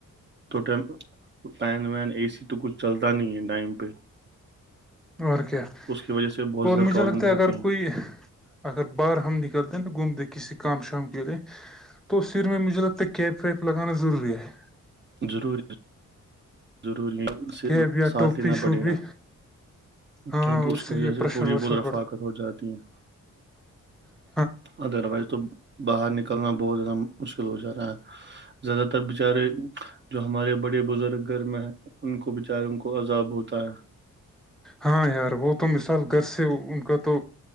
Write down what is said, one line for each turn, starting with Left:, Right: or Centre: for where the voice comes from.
Right: تو ٹم فین وین اے سی تو کچھ چلتا نہیں ہے ٹائم پہ
Centre: اور کیا
Right: اس کی وجہ سے بہت
Centre: اور
Right: زیادہ
Centre: مجھے
Right: پرابلم
Centre: لگتا
Right: ہوتی
Centre: ہے اگر
Right: ہیں
Centre: کوئی اگر باہر ہم نکلتے نا گھومتے کسی کام شام کے لیے تو سر میں مجھے لگتا ہے کیپ ویپ لگانا ضروری ہے
Right: ضروری ضروری ہیں اسے
Centre: کیب یا
Right: ساتھ
Centre: ٹوپی
Right: لینا پڑے
Centre: شوپی
Right: گا
Centre: ہاں
Right: کیونکہ
Centre: ہاں
Right: اس کی وجہ
Centre: یہ
Right: سے
Centre: پریشر
Right: تھوڑی
Centre: وریشر
Right: بہت رفاقت ہو جاتی ہے
Centre: ہ
Right: ادروائز تو باہر نکلنا بہت زیادہ مشکل ہو جاتا ہے زیادہ تر تر بچارے جو ہمارے بڑے بزرگ گھر میں ہیں ان کو بیچاروں کو عذاب ہوتا ہے
Centre: ہاں یار وہ تو مثال گھر سے ان کا تو